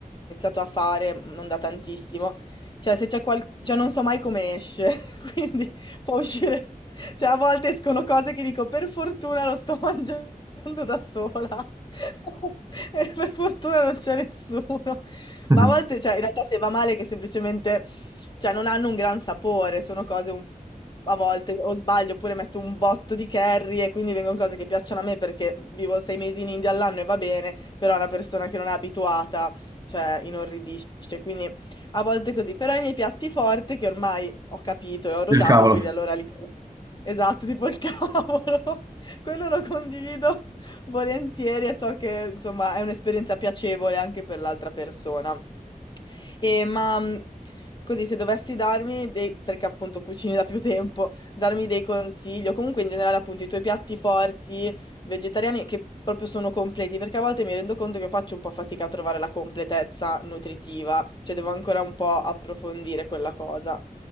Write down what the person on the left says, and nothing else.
iniziato a fare mm, non da tantissimo, cioè se c'è qual... cioè non so mai come esce, <laughs> quindi può uscire, cioè a volte escono cose che dico per fortuna lo sto <laughs> mangiando da sola. <laughs> E per fortuna non c'è nessuno.
Ma a volte, cioè, in realtà se va male che semplicemente cioè non hanno un gran sapore, sono cose un a volte o sbaglio oppure metto un botto di curry e quindi vengono cose che piacciono a me perché vivo sei mesi in India all'anno e va bene, però una persona che non è abituata, cioè, inorridisce. Quindi a volte così. Però i miei piatti forti che ormai ho capito e ho rodato,
quelli allora li... Esatto, tipo il <laughs> cavolo. Quello lo condivido volentieri e so che, insomma, è un'esperienza piacevole anche per l'altra persona. E, ma mh, così, se dovessi darmi dei, perché appunto cucini da più tempo, darmi dei consigli, o comunque in generale appunto i tuoi piatti forti, vegetariani, che proprio sono completi, perché a volte mi rendo conto che faccio un po' fatica a trovare la completezza nutritiva, cioè devo ancora un po' approfondire quella cosa.